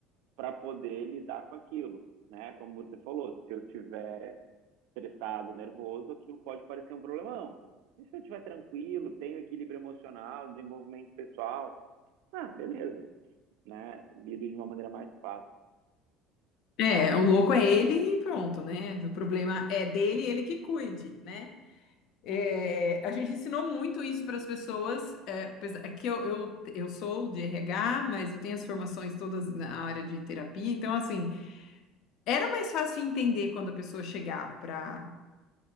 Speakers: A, on the right; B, on the left.
A: para poder lidar com aquilo, né? Como você falou, se eu tiver estressado, nervoso, aquilo pode parecer um problemão. E se eu estiver tranquilo, tenho equilíbrio emocional, desenvolvimento pessoal, ah, beleza, né? Lido de uma maneira mais fácil.
B: É, o louco é ele e pronto, né? O problema é dele, ele que cuide, né? É, a gente ensinou muito isso para as pessoas, é, apesar- é que eu, eu, eu sou de RH, mas eu tenho as formações todas na área de terapia, então, assim, era mais fácil entender quando a pessoa chegava para